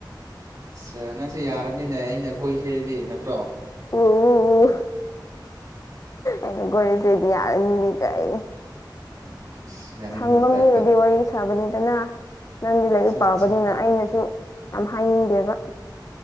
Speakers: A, on the right; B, on the left.
A: ꯁꯥ ꯅꯪꯁꯦ ꯌꯥꯔꯕꯅꯤꯅꯦ ꯑꯩꯅ ꯀꯣꯏꯁꯦꯗꯤ ꯅꯠꯇ꯭ꯔꯣ꯫
B: ꯑꯣ ꯩꯅꯒꯣꯁꯤꯗꯤ ꯑꯔꯅꯤ ꯀꯥꯏ
A: <inaudible>
B: ꯁꯪꯕ ꯃꯤꯗꯗꯤ
A: ꯇꯥꯏꯞꯇ
B: ꯋꯥꯔꯤ ꯁꯥꯕꯅꯤꯗꯅ ꯅꯪꯗꯤ ꯂꯥꯏꯔꯤꯛ
A: ꯑꯆꯥ
B: ꯄꯥꯕꯅꯤꯅ
A: ꯑꯆꯥ
B: ꯑꯩꯅꯁꯨ ꯌꯥꯝ ꯍꯥꯏꯅꯤꯡꯗꯦꯕ